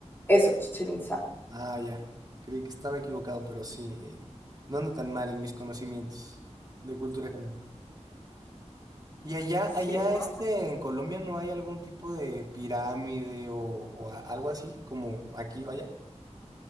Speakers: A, on the left; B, on the right.
A: Eso, Chichen Itza.
B: Ah, ya. Creí que estaba equivocado, pero sí. eh, no ando tan mal en mis conocimientos de cultura general. Y allá,
A: Sí,
B: allá
A: sí,
B: este,
A: sí.
B: en Colombia no hay algún tipo de pirámide o, o a- algo así, como aquí, vaya.